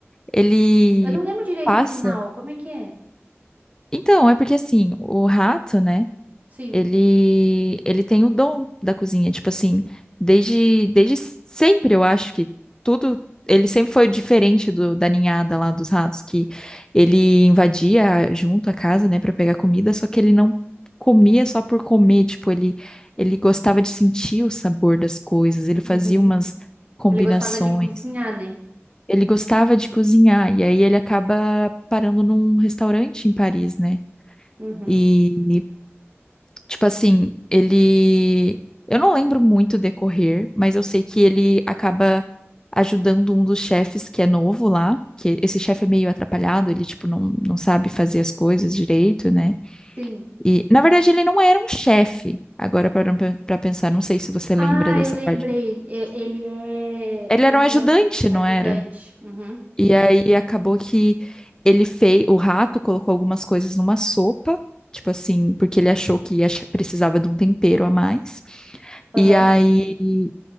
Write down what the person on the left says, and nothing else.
ele
passa.
Então, é porque, assim, o rato, né?
ele ele tem o dom da cozinha, tipo assim, desde desde sempre eu acho que tudo ele sempre foi diferente do da ninhada lá dos ratos que ele invadia junto a casa, né, para pegar comida, só que ele não comia só por comer, tipo, ele ele gostava de sentir o sabor das coisas, ele fazia
umas combinações.
Ele gostava de cozinhar e aí ele acaba parando num restaurante em Paris, né?
E Tipo assim, ele. Eu não lembro muito o decorrer, mas eu sei que ele acaba ajudando um dos chefes que é novo lá, que esse chefe é meio atrapalhado, ele, tipo, não, não sabe fazer as coisas direito, né?
E, na verdade, ele não era um chefe. Agora, parando pra pra pensar, não sei se você
lembra dessa
parte.
Ele
era um ajudante,
não era?
E aí acabou que ele fez. O rato colocou algumas coisas numa sopa, tipo assim, porque ele achou que ia- precisava de um tempero a mais.
E aí